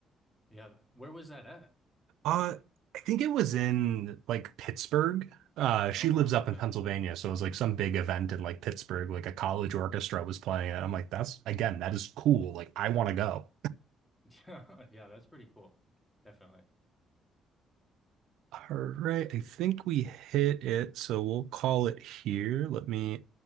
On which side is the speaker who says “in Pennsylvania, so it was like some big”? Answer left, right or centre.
Right